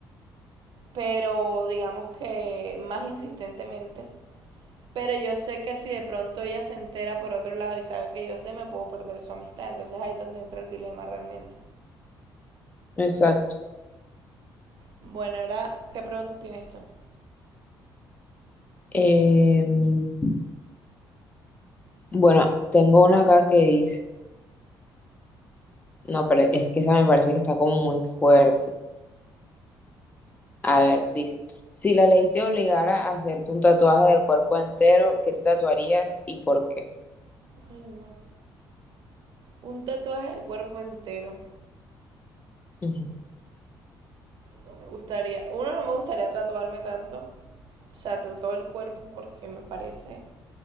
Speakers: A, on the right (about 65°); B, on the left (about 20°).
A: pero digamos que más insistentemente. Pero yo sé que si de pronto ella se entera por otro lado y sabe que yo sé, me puedo perder su amistad. Entonces ahí es donde entra el dilema realmente.
B: Exacto.
A: Bueno, ahora, ¿qué pregunta tiene esto?
B: Em, bueno, tengo una acá que dice, no, pero es que esa me parece que está como muy fuerte. A ver, dice, si la ley te obligara a hacerte un tatuaje de cuerpo entero, ¿qué te tatuarías y por qué?
A: Ay, no. Un tatuaje del cuerpo entero.
B: Ujú.
A: No me gustaría. Uno, no me gustaría tatuarme tanto. O sea, todo el cuerpo porque me parece